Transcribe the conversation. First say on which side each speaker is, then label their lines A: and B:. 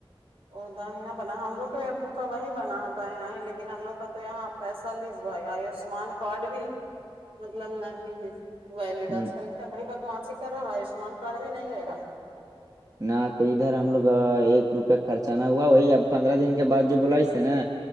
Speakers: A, on the right; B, on the right.
A: اور داہنا بنا ہم لوگ کا ابوکا و ہی بنا داہنا ہی لیکن ہم لوگ کا تو یہاں پیسہ لیزوائے آیوشمان کارڈ بھی مطلب نہ کہ ویلڈ
B: ہم،
A: آج کل تھگڑی بدماشی کر رہا آیوشمان کارڈ بھی نہیں لے رہا
B: نہ تو ادھر ہم لوگ ایک روپئے خرچہ نہ ہوا وہی اب پندرہ دن کے بعد جو بولاائیس ہے نا